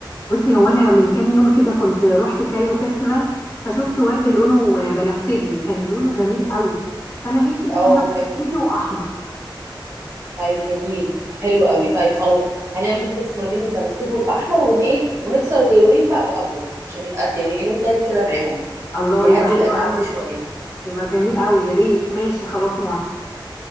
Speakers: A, on the left; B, on the right.
A: بصي هو انا من كام يوم كده كنت رحت كايرو فيستيفال فشفت ورد لونه آه، بنفسجي كان لونه جميل قوي فانا نفسي
B: اه
A: في حاجة
B: حلو
A: بنفسجي واحمر
B: طيب جميل حلو قوي طيب خلاص هنعمل ميكس ما بين البنفسجي والاحمر ون ايه ونكسر اللونين بقى بابيض عشان يبقى يعني لون تالت كده معاهم
A: الله
B: يهدي
A: يبقى حلو
B: الالوان
A: قوي
B: دي شويه
A: يبقى جميل قوي يا ريت ماشي خلاص موافقة